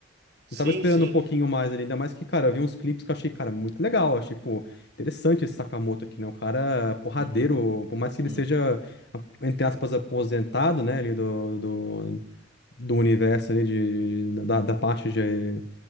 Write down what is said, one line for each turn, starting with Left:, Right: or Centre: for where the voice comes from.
Right: Sim,
Left: Eu tava esperando
Right: sim.
Left: um pouquinho mais ali, ainda mais que, cara, eu vi uns clipes que eu achei, cara, muito legal. Achei, pô, interessante esse Sakamoto aqui, né? Um cara porradeiro,
Right: Uhum,
Left: por mais que ele
Right: uhum.
Left: seja, a- entre aspas, aposentado, né, ali do, do, do universo ali, de, de- da, da parte de,